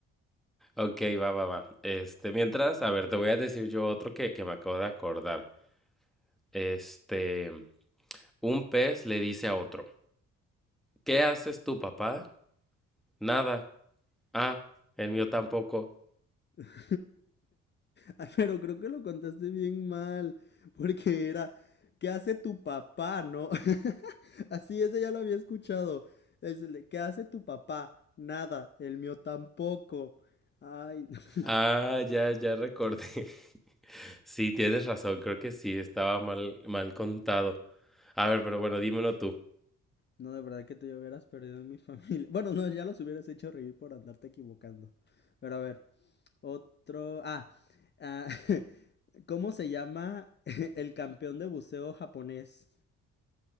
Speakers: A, in the centre; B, on the left.
A: Ok, va, va, va. Este, mientras, a ver, te voy a decir yo otro que, que me acabo de acordar. Este, un pez le dice a otro, ¿qué haces tú, papá? Nada. Ah, el mío tampoco.
B: <laughs> Ay, pero creo que lo contaste bien mal, porque era, ¿qué hace tu papá, no? <laughs> Así, ese ya lo había escuchado. Es el de, ¿qué hace tu papá? Nada, el mío tampoco. Ay, <laughs> no,
A: Ah, ya, ya recordé. <laughs> Sí, tienes razón, creo que sí, estaba mal, mal contado. A ver, pero bueno, dímelo tú.
B: no, de verdad que te hubieras perdido en mi familia. Bueno, no, ya los hubieras hecho reír por andarte equivocando. Pero a ver, Otro. Ah, ah, <laughs> ¿cómo se llama <laughs> el campeón de buceo japonés?